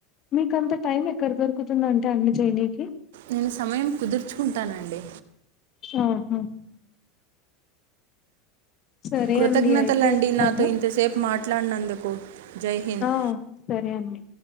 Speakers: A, on the left; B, on the right.
A: మీక అంత టైం ఎక్కడ దొరుకుతుందంటే అన్ని చేయనీకి
B: నేను సమయం కుదుర్చుకుంటానండి
A: ఆాహా సరే
B: కృతజ్ఞతలండి
A: అండి అయితే ఉంటాను
B: నాతో ఇంతసేపు మాట్లాడినందుకు జైహింద్
A: ఆ సరే అండి